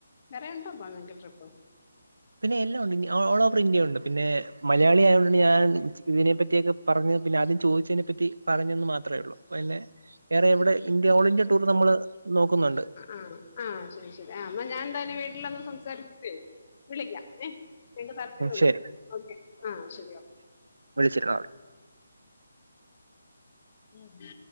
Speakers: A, on the left; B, on the right.
A: വേറെ ഉണ്ടൊ നിങ്ങക്ക് ട്രിപ്പ്
B: പിന്നെ എല്ലാ ഉണ്ട് ഓൾ ഓവർ ഇന്ത്യ ഉണ്ട്. പിന്നെ മലയാളി ആയോണ്ട് ഞാൻ ഇതിനെ പറ്റിയൊക്കെ പറഞ്ഞ്. പിന്നെ ആദ്യം ചോദിച്ചതിനെപ്പറ്റി പറഞ്ഞന്ന് മാത്രെ ഉള്ളു. പിന്നെ വേറെ എവ്ടെ ഇന്ത്യ ഓൾ ഇന്ത്യ ടൂർ നമ്മള് നോക്കുന്നുണ്ട്
A: ആഹ് ആഹ് ശരി ശരി ആഹ് ന്നാ ഞാന്തായാലും വീട്ടിലൊന്ന് സംസാരിച്ച്ട്ടെ വിളിക്കാം. ഏഹ് ഞങ്ങക്ക് താല്പര്യണ്ട്
B: ശരി
A: കെട്ടൊ. ഓക്കെ ആഹ് ശരി ഓക്കെ
B: വിള്ച്ച്ട് ആഹ് ഒരു
A: ഉം